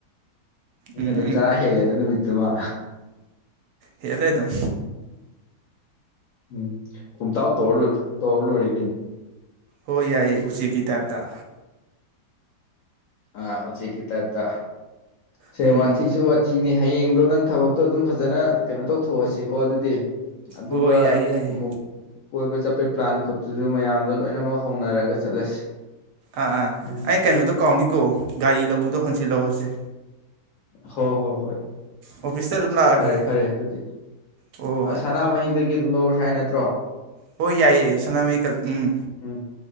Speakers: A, on the left; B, on the right.
A: ꯅꯪ
B: ꯎꯝ
A: ꯑꯗꯨꯝ
B: ꯎꯝ ꯎꯝ
A: ꯆꯔꯥ ꯍꯦꯜꯂꯦ ꯑꯗꯨ ꯅꯨꯃꯤꯠꯇꯨꯃ
B: ꯍꯗꯥꯏꯗꯝ
A: ꯎꯝ ꯄꯨꯝꯇꯥꯎ ꯇꯧꯔ ꯇꯧꯔ ꯂꯣꯏꯔꯦ ꯀꯩꯅꯣ
B: ꯍꯣꯏ ꯌꯥꯏꯌꯦ ꯎꯆꯦꯛꯀꯤ ꯇꯥꯏꯞꯇ
A: ꯑꯥ ꯎꯆꯦꯛꯀꯤ ꯇꯥꯏꯞꯇ ꯁꯦ
B: ꯎꯝ
A: ꯋꯥꯊꯤꯁꯨ
B: ꯎꯝ
A: ꯋꯥꯊꯤꯅꯤ ꯍꯌꯦꯡꯗꯣ ꯅꯪ ꯊꯕꯛꯇꯣ ꯑꯗꯨꯝ ꯐꯖꯅ ꯀꯩꯅꯣ ꯇꯧꯊꯣꯛꯑꯁꯤꯀꯣ ꯑꯗꯨꯗꯤ ꯑꯗꯨꯒ
B: ꯍꯣꯏ ꯌꯥꯏꯌꯦ ꯌꯥꯏꯌꯦ
A: ꯑꯃꯨꯛ ꯀꯣꯏꯕ ꯆꯠꯄꯩ ꯄ꯭ꯂꯥꯟ ꯈꯣꯠꯇꯁꯨ ꯃꯌꯥꯝ ꯑꯗꯣ ꯂꯣꯏꯅꯃꯛ ꯍꯧꯅꯔꯒ ꯆꯠꯂꯁꯤ
B: ꯑꯥ ꯑꯥ
A: ꯎꯝ
B: ꯑꯩ ꯀꯩꯅꯣꯗꯣ ꯀꯥꯎꯅꯤꯀꯣ ꯒꯥꯔꯤ ꯂꯧꯕꯗꯣ ꯍꯪꯆꯤꯜꯍꯧꯔꯁꯦ
A: ꯍꯣ ꯍꯣ ꯍꯣꯏ
B: ꯑꯣꯐꯤꯁꯇ ꯑꯗꯨꯝ ꯂꯥꯛꯑꯒꯦ
A: ꯐꯔꯦ ꯐꯔꯦ ꯑꯗꯨꯗꯤ
B: ꯍꯣꯏ
A: ꯁꯅꯥꯃꯍꯤꯗꯒꯤ ꯑꯗꯨꯝ ꯂꯧꯔꯁꯤ ꯍꯥꯏ ꯅꯠꯇ꯭ꯔꯣ
B: ꯍꯣꯏ ꯌꯥꯏꯌꯦ ꯁꯅꯥꯃꯍꯤ ꯀ ꯎꯝ
A: ꯎꯝ